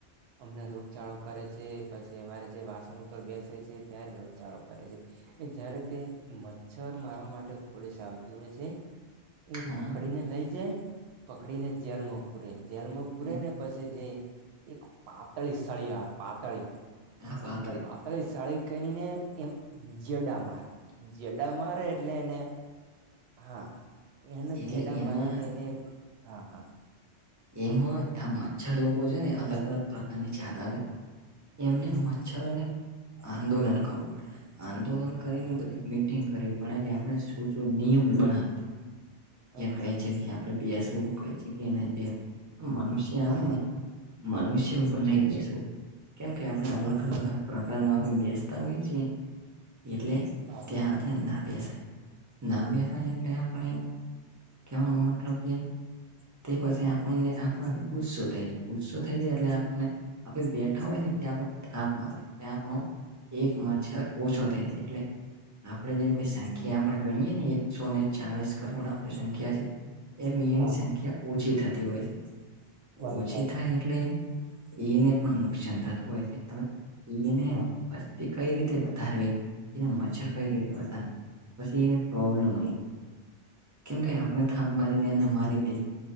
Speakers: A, on the right; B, on the right.
A: અમને રોગચાળો કરે છે. પછી અમારે જે વાસણ ઉપર બેસે છે ત્યારે રોગચાળો કરે છે, એ જયારે તે મચ્છર મારવા માટે પોલીસ આવતી હોય છે. એ
B: હા
A: પકડી ને લઈ જાય પકડી ને જેલમાં પૂરે જેલ માં
B: હા
A: પૂરે ને પછી જે, એક પાતળી સળી આવે પાતળી.
B: હા પાતાળી.
A: પાતાળી સાળી કરીને એમ જડા મારે. જડા મારે એટલે એને હા એના
B: એટલે
A: જેડા
B: એમાં
A: મારીને એને હા હા.
B: એમાં આ મચ્છર લોકો છે ને અલગ અલગ પ્રકારની છાત આવે એમને
A: હા
B: મચછને આંદોલન કરવું પડે આંદોલન કરીને
A: હા
B: બધ પડે આપ શ નિયમ ક્યા
A: હા
B: ક છે. આપણે બેસવું કઈ જગ્યા નહી બેવું મનુષ્ય આવે
A: હા
B: ને મનુષ્ય ઉપર નહી બેસવું કેમ કે આપણે અલગ
A: હા
B: અલગ પ્રકારમાં આપણે બેસતા હોઈએ છીએ એટલે
A: હા
B: ત્યાં આપણે ના બેસાય ના બેસાય એટલે આપણે કવાનો મતલબ કે તે પાસે આપ આપણને આપણાથી ગુસ્સો થાય છે ગુસ્સો થાય છેાય એટલે આપણને આપે બે ઉઠ હોય ને ત્યાં થાપ મારે ત્યા આપણો એક મચ્છર ઓછો થઈ જાય એટલે આપડણે જેમ કે સંખ્યા આપણે ગણીએ ને એકસો ને ચાલીસ કરોડ આપણી સંખ્યા છે એમની
A: હા
B: સંખ્યા ઓછી થતી હોય છે
A: બસ
B: ઓછી
A: સાચું
B: થાય એટલે એને પણ નુકસાન થતું હોય છે હ એને
A: હા
B: તે કઈ રીતે વધારવી તેને મચ્છર કઈ રીતે વધાર પછી એને પ્રોબ્લેમ આવી જાય કેમ
A: હા
B: કે આપણે થાપ મારીને એમને મારી દઈએ.